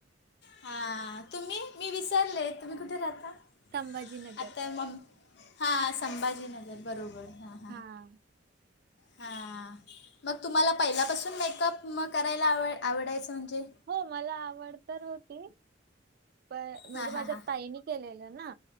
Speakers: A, on the left (about 60°); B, on the right (about 55°).
A: हा तुम्ही मी विसरले तुम्ही कुठे राहता
B: संभाजीनगर.
A: आता मग हा, संभाजीनगर बरोबर हा.
B: हां.
A: हा... मग तुम्हाला पहिल्यापासून मेकअप म. करायला आव आवडायचं म्हणजे?
B: हो, मला आवड तर होती, प म्हणजे
A: हां
B: माझ्या
A: हां हां
B: ताईनी- केलेलं ना,